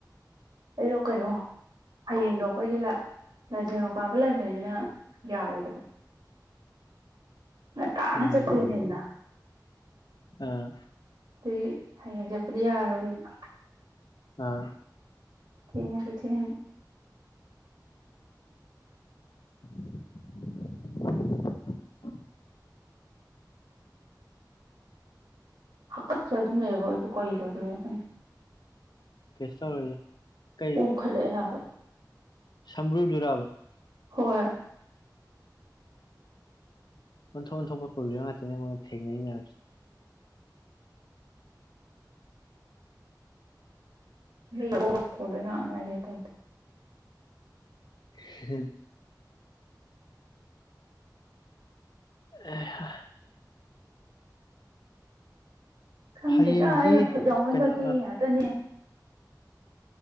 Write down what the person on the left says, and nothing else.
ꯎꯝ
ꯑꯥ
ꯑꯥ
<inaudible>
ꯀꯦꯁ ꯇ ꯑꯣꯏ ꯑꯣꯏꯖꯦ ꯀꯩ
ꯁ꯭ꯔ ꯌꯖꯨꯔꯕ
ꯑꯣꯟꯊꯣꯛ ꯑꯣꯟꯊꯣꯛꯄ ꯄ꯭ꯔꯣꯕ꯭ꯂꯦꯝ ꯉꯥꯛꯇ ꯅꯪꯉꯣꯟꯗ ꯊꯦꯡꯅꯩ ꯃꯌꯥꯝꯁꯦ
ꯍꯝ ꯑꯦꯍ
ꯍꯌꯦꯡꯗꯤ
ꯀꯩꯅꯣ